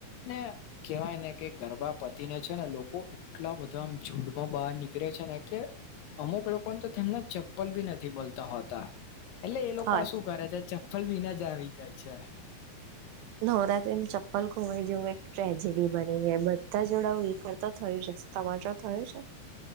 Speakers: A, on the left; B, on the right.
A: અને કહેવાય ને કે ગરબા પતીને છે ને લોકો એટલા બધા આમ ઝુંડમાં બહાર નીકળે છે ને કે અમુક લોકોન તો તેમના ચપ્પલ ભી નથી મલતા હોતા. એટલે એ લોકા
B: હા
A: શું કરે છે ચપ્પલ વિના જ આવી જાય છે.
B: નવરાત્રીમ ચપ્પલ ખોવાય જવું એક ટ્રેજેડી બની જાય. બધા જોડાવ એક <unintelligible> થયું છે. તમાર જોડે થયું છે?